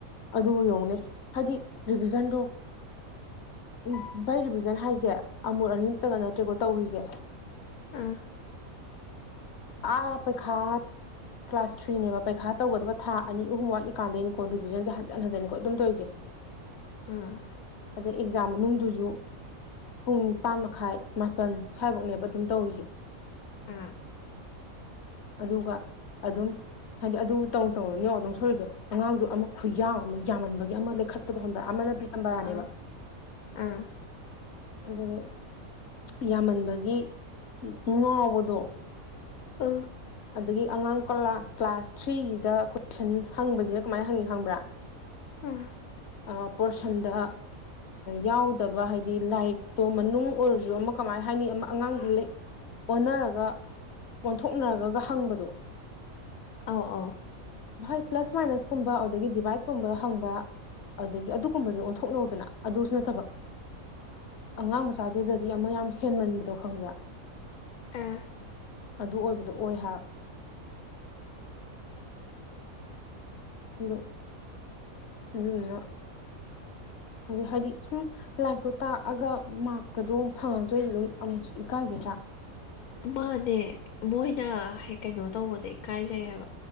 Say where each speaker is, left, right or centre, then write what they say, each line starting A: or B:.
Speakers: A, on the left; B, on the left.
A: ꯑꯗꯨ ꯌꯧꯅꯦ ꯍꯥꯏꯗꯤ ꯔꯤꯚꯤꯖꯟꯗꯣ ꯎ ꯚꯩ ꯔꯤꯚꯤꯖꯟ ꯍꯥꯏꯁꯦ ꯑꯃꯨꯔ ꯑꯅꯤꯃꯛꯇꯒ ꯅꯠꯇ꯭ꯔꯦꯀꯣ ꯇꯧꯔꯤꯁꯦ
B: ꯎꯝ
A: ꯑꯥ ꯄꯩꯈꯥꯍꯠ ꯀ꯭ꯂꯥꯁ ꯊ꯭ꯔꯤꯅꯦꯕ ꯄꯩꯈꯥ ꯇꯧꯒꯗꯕ ꯊꯥ ꯑꯅꯤ ꯑꯍꯨꯝ ꯋꯥꯠꯂꯤꯀꯥꯟꯗꯩꯅꯤꯀꯣ ꯔꯤꯕꯤꯖꯟꯖꯦ ꯍꯟꯖꯟ ꯍꯟꯖꯟꯅꯤꯀꯣ ꯑꯗꯨꯝ ꯇꯧꯔꯤꯖꯦ <inaudible>
B: ꯎꯝ
A: ꯑꯗꯩ ꯑꯦꯛꯖꯥꯝ ꯃꯅꯨꯡꯗꯨꯖꯨ ꯄꯨꯡ ꯅꯤꯄꯥꯟ ꯃꯈꯥꯏ ꯃꯥꯄꯜ ꯁ꯭ꯋꯥꯏꯕꯧꯅꯦꯕ ꯑꯗꯨꯝ ꯇꯧꯔꯤꯖꯦ
B: ꯑꯥ
A: ꯑꯗꯨꯒ ꯑꯗꯨꯝ ꯍꯥꯏꯗꯤ ꯑꯗꯨ ꯇꯧ ꯇꯧꯅꯅꯦꯑꯣ ꯑꯗꯨꯝ ꯁꯣꯏꯔꯤꯖꯦ ꯑꯉꯥꯡꯗꯣ ꯑꯃ ꯈꯨꯌꯥꯝ ꯑꯃ ꯌꯥꯝꯃꯟꯕꯒꯤ ꯑꯃ ꯂꯩꯈꯠꯄꯗꯣ ꯍꯟꯕ꯭ꯔꯥ ꯑꯃꯅ ꯄꯤ ꯇꯝꯕꯔꯥꯅꯦꯕ
B: ꯑꯥ ꯑꯥ ꯑꯥ
A: ꯑꯗꯨꯗꯒꯤ ꯌꯥꯝꯃꯟꯕꯒꯤ ꯉꯥꯎꯕꯗꯣ
B: ꯎꯝ
A: ꯑꯗꯨꯒꯤ ꯑꯉꯥꯡ ꯀꯂꯥ ꯀ꯭ꯂꯥꯁ ꯊ꯭ꯔꯤꯖꯤꯗ ꯀꯣꯏꯁꯟ ꯍꯪꯕꯖꯤꯅ ꯀꯃꯥꯏꯅ ꯍꯪꯉꯤ ꯈꯪꯕ꯭ꯔꯥ
B: ꯑꯥ
A: ꯑꯥ ꯄꯣꯔꯁꯟꯗ ꯌꯥꯎꯗꯕ ꯍꯥꯏꯗꯤ ꯂꯥꯏꯔꯤꯛꯇꯣ ꯃꯅꯨꯡ ꯑꯣꯏꯔꯖꯨ ꯑꯃ ꯀꯃꯥꯏ ꯍꯥꯏꯅꯤ ꯑꯃ ꯑꯉꯥꯡꯗꯨ ꯂꯩ ꯑꯣꯟꯅꯔꯒ ꯑꯣꯟꯊꯣꯛꯅꯔꯒꯒ ꯍꯪꯕꯗꯣ
B: ꯑꯧ ꯑꯧ
A: ꯍꯣꯏ ꯑꯄ꯭ꯂꯁ ꯃꯥꯏꯅꯁ ꯀꯨꯝꯕ ꯑꯗꯨꯗꯒꯤ ꯗꯤꯚꯥꯏꯠ ꯀꯨꯝꯕ ꯍꯪꯕ ꯑꯗꯒꯤ ꯑꯗꯨꯒꯨꯝꯕꯗꯣ ꯑꯣꯟꯊꯣꯛꯅꯧꯗꯅ ꯑꯗꯨꯁꯨ ꯅꯠꯇꯕ ꯑꯉꯥꯡ ꯃꯆꯥꯗꯨꯗꯗꯤ ꯑꯃ ꯌꯥꯝ ꯍꯦꯟꯃꯟꯕꯗꯣ ꯈꯪꯕ꯭ꯔꯥ
B: ꯑꯥ
A: ꯑꯗꯨ ꯑꯣꯏꯕꯗꯣ ꯑꯣꯏ ꯍꯥꯏꯕ ꯑꯗꯣ ꯑꯗꯨꯗꯨꯅ ꯑꯗꯨ ꯍꯥꯏꯗꯤ ꯁꯨꯝ ꯂꯥꯏꯔꯤꯛꯇꯣ ꯇꯥꯛꯑꯒ ꯃ꯭ꯔꯛꯀꯗꯣ ꯐꯪꯉꯛꯇ꯭ꯔꯗꯤ ꯑꯗꯨꯝ ꯑꯃꯨꯛꯁꯨ ꯏꯀꯥꯏꯖꯗ꯭ꯔꯥ
B: ꯃꯥꯅꯦ ꯃꯣꯏꯅ ꯍꯦꯛ ꯀꯩꯅꯣ ꯇꯧꯕꯁꯦ ꯏꯀꯥꯏꯖꯩ ꯍꯥꯏꯕ